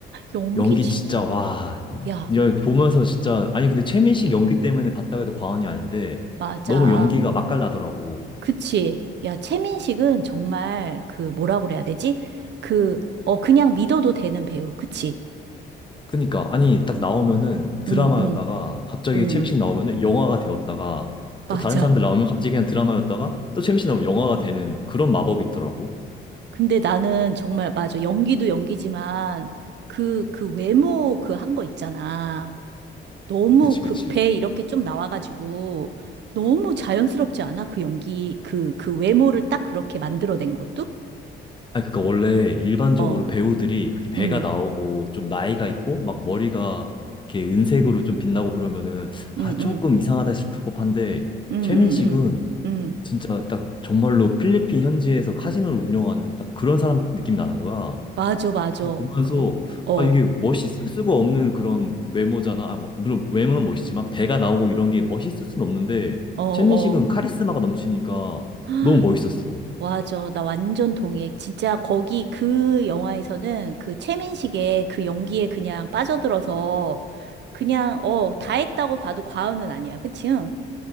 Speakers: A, on the right; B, on the left.
A: 연기
B: 연기
A: 진짜.
B: 진짜, 와,
A: 야,
B: 야, 이거 보면서 진짜, 아니, 근데 최민식 연기 때문에 봤다고 해도 과언이 아닌데,
A: 맞아.
B: 너무 연기가 맛깔나더라고.
A: 그치. 야, 최민식은 정말 그 뭐라 그래야 되지? 그, 어, 그냥 믿어도 되는 배우. 그치?
B: 그니까, 아니, 딱 나오면은 드라마였다가,
A: 응, 응,
B: 갑자기
A: 응.
B: 최민식 나오면은 영화가 되었다가,
A: 맞아.
B: 또 다른 사람들 나오면 갑자기 그냥 드라마였다가, 또 최민식 나오면 영화가 되는 그런 마법이 있더라고.
A: 근데 나는 정말, 맞아. 연기도 연기지만 그, 그 외모 그 한 거 있잖아. 너무
B: 그치, 그치.
A: 그 배 이렇게 좀 나와가지고 너무 자연스럽지 않아? 그 연기, 그, 그 외모를 딱 그렇게 만들어낸 것도?
B: 아니, 그니까 원래 일반적으로
A: 어,
B: 배우들이 그렇게 배가
A: 응,
B: 나오고 좀 나이가 있고 막 머리가 이렇게 은색으로 좀 빛나고 그러면은 아,
A: 응,
B: 조금
A: 응,
B: 이상하다 싶을 법한데
A: 응,
B: 최민식은
A: 응, 응, 응.
B: 진짜 딱 정말로 필리핀 현지에서 카지노를 운영하는 딱 그런 사람 느낌이 나는 거야.
A: 맞아, 맞아.
B: 보면서
A: 거, 어.
B: 아, 이게 멋있을 수가 없는 그런 외모잖아. 아, 뭐, 물론 외모는 멋있지만 배가 나오고 이런 게 멋있을 수는 없는데
A: 어, 어.
B: 최민식은 카리스마가 넘치니까
A: 아,
B: 너무 멋있었어.
A: 맞아. 나 완전 동의해. 진짜 거기 그 영화에서는 그 최민식의 그 연기에 그냥 빠져들어서 그냥, 어, 다 했다고 봐도 과언은 아니야. 그치? 응?